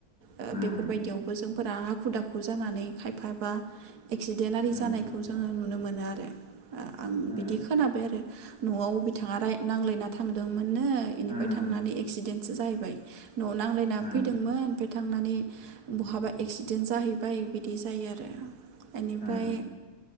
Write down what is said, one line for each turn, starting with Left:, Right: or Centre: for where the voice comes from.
Right: ओ
Left: उम
Right: बेफोरबायदियावबो जों फोरा हाखु दाखु जानानै खायफाबा एक्सिडेन्ट आरि
Left: उम
Right: जानायखौ जोङो नुनो मोनो। ओ आं
Left: उम
Right: बिदि खोनाबाय आरो। न'आव बिथाङा राय नांलायना थांदों नो इनिफ्राय
Left: उम
Right: थांनानै एक्सिडेन्ट सो जाहैबाय न'आव <unintelligible> लायना
Left: उम
Right: फैदोंमोन ओमफ्राय थांनानै बहाबा एक्सिडेन्ट जाहैबाय बिदि जायो आरो। इनिफ्राय
Left: उम